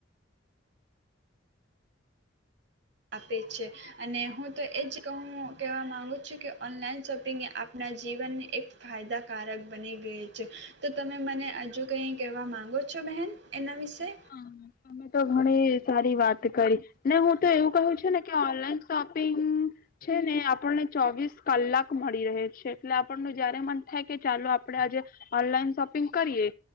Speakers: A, on the right; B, on the left.
A: આપે છે અને હું તો એજ કહું કહેવા માંગુ છું કે ઓનલાઈન શોપિંગ એ આપણા જીવનને એક ફાયદાકારક બની ગય છે, તો તમે મને હજુ કઈ કહેવા માંગો છો, બહેન? એના વિશે
B: હા, અમે તો હણે સારી વાત કરી ને હું તો એવું કહું છ ને કે ઓનલાઈન શોપિંગ છે ને આપણને ચોવીસ કલાક મળી રહે છે, એટલે આપણ જયારે મન થાય કે ચાલો આપડે આજે ઓનલાઈન શોપિંગ કરીએ